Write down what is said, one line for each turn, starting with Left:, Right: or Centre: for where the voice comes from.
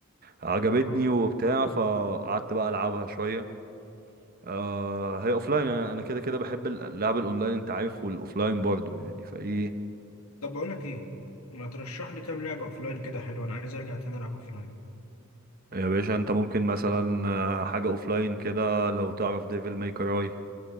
Right: عجبتني
Left: اه
Right: وبتاع فقعدت بقى العبها شوية أه هي اوفلاين يعني انا كده كده بحب اللعب الاونلاين انت عارف والاوفلاين برضو يعني فايه
Left: طب بقول لك ايه ما ترشح لي كام لعبه اوفلاين كده حلوه انا عايز ارجع تاني العب اوفلاين
Right: يا باشا انت ممكن مثلا آه، حاجة اوفلاين كده لو تعرف ديفل ماي كراي